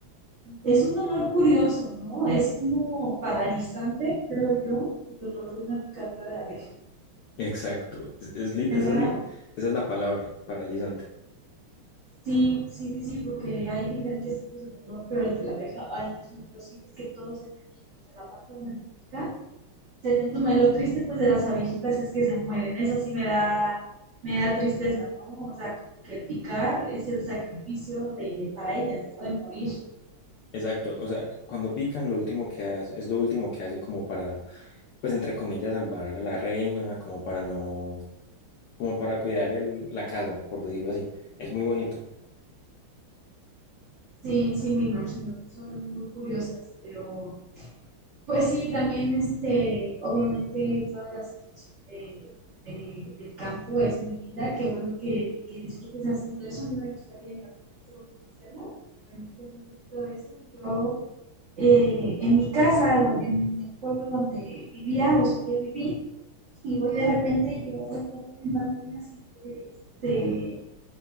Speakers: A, on the right; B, on the left.
A: es un dolor curioso, ¿no? Es como paralizante, creo yo, el dolor de una picadura de abeja.
B: Exacto. Es, es lit-
A: Me
B: esa,
A: da
B: es li- esa es la palabra, paralizante.
A: Sí, sí, sí, sí, porque hay diferentes tipos de dolor, pero el de la abeja, ay, no, es muy posible, es que todo se te entume, o sea, la parte donde te pica, se te entume. Lo triste, pues, de las abejitas es que se mueren, eso sí me da, me da tristeza, ¿no? O sea, como que el picar es el sacrificio de, para ellas, ¿no? De morir.
B: Exacto. O sea, cuando pican, lo último que hacen, es lo último que hacen como para, pues entre comillas, salvar a la reina, como para no, como para cuidar el, la casa, por decirlo así. Es muy bonito.
A: Sí, sí, me imagino, son muy curiosas, pero Pues sí, también este, obviamente toda la situación de, de- del campo es muy linda, qué bueno que, que disfrutes haciendo eso, a mí me gustaría en algún futuro conocerlo, pero me un poquito de eso. Yo eh, en mi casa, do- en el pueblo donde vivía o solía vivir, y voy de repente, yo de repente en pandemia siempre, este,